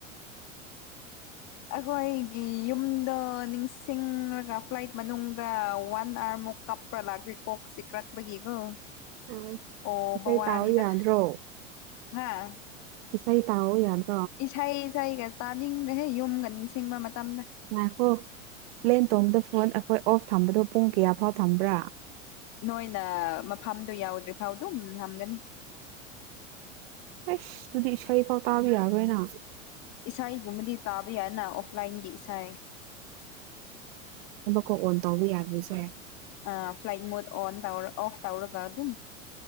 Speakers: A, on the left (about 45°); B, on the right (about 50°).
A: ꯑꯩꯈꯣꯏꯒꯤ ꯌꯨꯝ ꯑ ꯅꯤꯡꯁꯤꯡꯔꯒ ꯐ꯭ꯂꯥꯏꯠ ꯃꯅꯨꯡꯗ ꯋꯥꯟ ꯑꯥꯋꯥꯔꯃꯨꯛ ꯀꯞꯄ꯭ꯔꯥ ꯂꯥꯛꯄꯤꯦ ꯀꯣꯛꯁꯤ ꯀ꯭ꯔꯛꯄꯒꯤꯒꯣ
B: ꯑ
A: ꯑꯣ
B: ꯏꯁꯩ
A: ꯋꯥꯅꯤꯗ
B: ꯇꯥꯎ ꯌꯥꯗ꯭ꯔꯣ
A: ꯍꯥꯥ
B: ꯏꯁꯩꯥꯏ ꯇ ꯌꯥꯗ
A: ꯏꯁꯩ ꯏꯁꯩꯒ ꯇꯥꯅꯤꯡꯗꯍꯦ ꯌꯨꯝꯒ ꯅꯤꯡꯁꯤꯡꯕ ꯃꯇꯝꯗ
B: ꯉꯥꯏꯈꯣ ꯄ꯭ꯂꯦꯟ ꯇꯣꯝꯗ ꯐꯣꯟ ꯑꯩꯈꯣꯏ ꯑꯣꯐ ꯊꯝꯕꯗꯣ ꯄꯨꯡ ꯀꯌꯥꯐꯥꯎ ꯊꯝꯕ꯭ꯔꯥ
A: ꯅꯣꯏꯅ ꯃꯐꯝꯗꯨ ꯌꯥꯎꯗ꯭ꯔꯤꯐꯥꯎ ꯑꯗꯨꯝ ꯊꯝꯒꯅꯤ
B: ꯑꯁ ꯑꯗꯨꯨꯗꯤ ꯏꯁꯩ ꯐꯥꯎ ꯇꯥꯕꯤ ꯌꯥꯔꯣꯏꯅ
A: ꯏꯁꯩꯒꯨꯝꯕꯗꯤ ꯇꯥꯕ ꯌꯥꯅ ꯑꯣꯐꯂꯥꯏꯟꯒꯤ ꯏꯁꯥꯏ
B: ꯀꯣ ꯑꯣꯟ ꯇꯧꯕ ꯌꯥꯗ꯭ꯦꯁꯦ
A: ꯑ ꯐ꯭ꯂꯥꯏꯠ ꯃ ꯑꯣ ꯇꯥꯔ ꯑꯣꯐ ꯇꯥꯥꯎꯔ ꯀ ꯑꯗꯨ